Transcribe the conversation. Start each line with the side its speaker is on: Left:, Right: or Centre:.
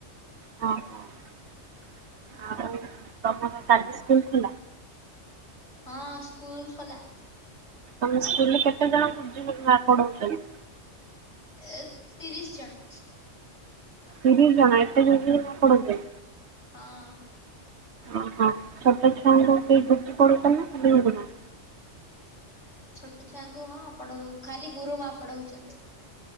Right: ହଁ ହଁ ଆଉ ତମର କାଲି ସ୍କୁଲ ଖୋଲା?
Left: ହଁ ସ୍କୁଲ୍ ଖୋଲା।
Right: ତମ ସ୍କୁଲରେ କେତେ ଜଣ ଗୁରୁଜୀ ଗୁରୁମା ପଢଉଚନ୍ତି?
Left: ଏ ତିରିଶ ଜଣ।
Right: ତିରିଶ ଜଣ, ଏତେ ଗୁରୁଜୀ, ଗୁରୁମା ପଢ଼ଉଚନ୍ତି।
Left: ହଁ।
Right: ଓହୋ, ଛୋଟ ଛୁଆଙ୍କୁ କି ଗୁରୁଜୀ ପାଦଉଚନ୍ତି ନା ଖାଲି ଗୁରୁମା?
Left: ଛୋଟ ଛୁଆଙ୍କୁ ହଁ ପଢ ଖାଲି ଗୁରୁ ମା ପଢଉଚନ୍ତି।